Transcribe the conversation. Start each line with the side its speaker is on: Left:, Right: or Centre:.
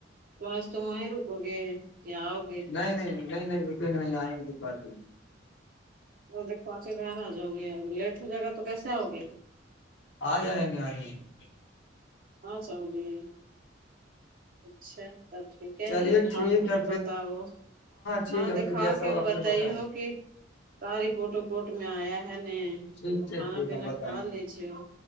Right: تو آج تو وہیں رکو گے یا آؤ گے
Left: نہیں نہیں نہیں نہیں رکے نہیں آئیں گے دپارٹی
Right: وہ د پا کے گیر آ جؤ گی ا لیٹ ہو جائے گا تو کیسے آؤ گے
Left: ہ آ جائیں گے آ جائیں گے
Right: پاں س ہو گئے اچھا ٹھیکے
Left: چلیے
Right: ہیں دکھا
Left: ٹھیک
Right: کے پھر
Left: ہے
Right: بتاؤ
Left: ٹھیک
Right: ہاں
Left: ہے
Right: دکھا
Left: پھر جیسا
Right: کے
Left: ہوگا
Right: بتائی
Left: پھر بتائیں
Right: ہو
Left: گے
Right: کہ ساریپورٹ وپورٹ میں آیا ہے ن
Left: ٹھیک
Right: تو
Left: ٹھیک
Right: کھانا
Left: ٹھیک
Right: پینا
Left: ہم بتائیں
Right: کھا لیججی